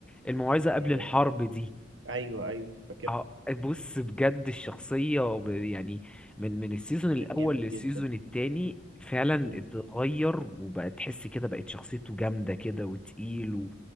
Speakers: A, in the centre; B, on the right.
A: الموعظه قبل
B: طبعا
A: الحرب دي
B: ايوه ايوه فاكرها
A: ع- بص بجد الشخصيه ب- يعني من من السيزون الاول
B: كان جامد
A: للسيزون
B: جدا
A: التاني فعلا
B: مم.
A: اتغير وبقى تحس كده بقت شخصيته جامده كده وتقيل و...